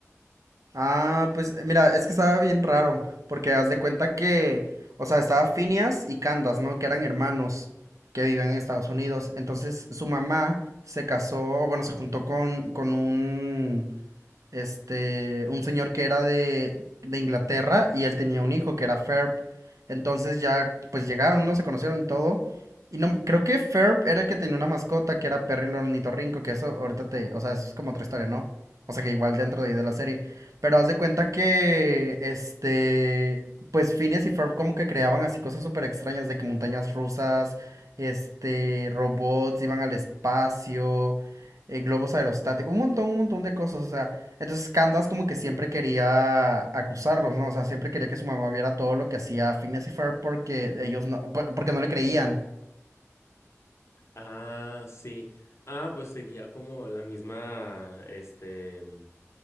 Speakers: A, on the right; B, on the left.
A: Ah, pues eh, mira, es que estaba bien raro, porque haz de cuenta que, o sea, estaba Phineas y Candace, ¿no? Que eran hermanos que vivían en Estados Unidos. Entonces su mamá se casó, o bueno, se juntó con, con un, este, un señor que era de, de Inglaterra y él tenía un hijo que era Ferb. Entonces ya, pues llegaron, ¿no? Se conocieron y todo. Y no, creo que Ferb era el que tenía una mascota que era Perry el ornitorrinco, que eso ahorita te, o sea, eso es como otra historia, ¿no? O sea, que igual dentro de, ahí de la serie. Pero haz de cuenta que, este, pues Phineas y Ferb como que creaban así cosas súper extrañas de que montañas rusas, este, robots iban al espacio, eh, globos aerostáticos, un montón, un montón de cosas, o sea. Entonces Candace como que siempre quería acusarlos, ¿no? O sea, siempre quería que su mamá viera todo lo que hacía Phineas y Ferb porque ellos no, por- porque no le creían.
B: Ah, sí. Ah, pues seguía como la misma, este, mm,